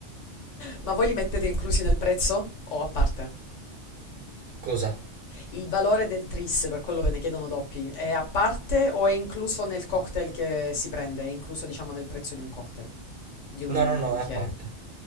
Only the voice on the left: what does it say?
Ma voi li mettete inclusi nel prezzo o a parte?
Il valore del tris, per quello ve ne chiedono doppi, è a parte o è incluso nel cocktail che si prende? È incluso, diciamo, nel prezzo di un cocktail, di un
bicchiere?